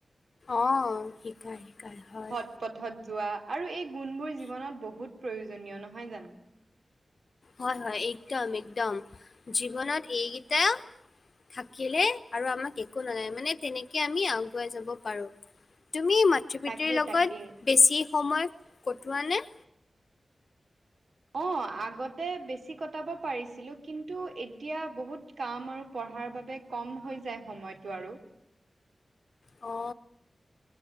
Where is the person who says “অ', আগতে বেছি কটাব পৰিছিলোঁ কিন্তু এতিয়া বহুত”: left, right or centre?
Right